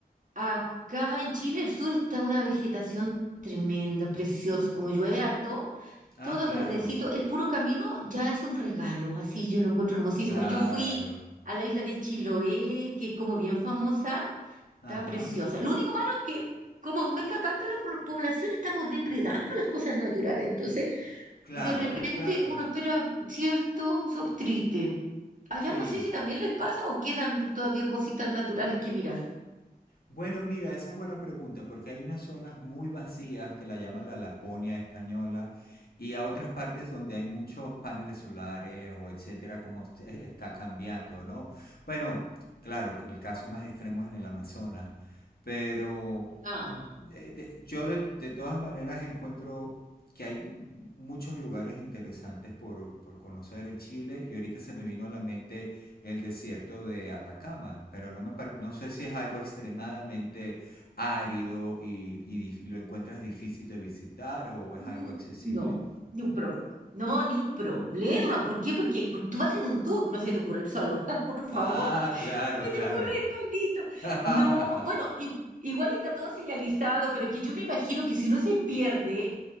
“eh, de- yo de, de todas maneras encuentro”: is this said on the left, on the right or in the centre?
Left